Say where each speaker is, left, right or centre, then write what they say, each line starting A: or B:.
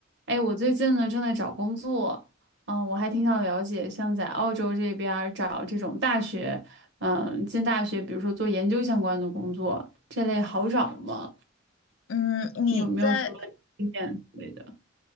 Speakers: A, on the right (about 60°); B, on the left (about 70°).
A: 哎，我最近呢正在找工作，嗯，我还挺想了解，像在澳洲这边儿找这种大学，嗯，进大学，比如说做研究相关的工作，这类好找吗？
B: 嗯，你在，
A: 你有没有什么经验之类的？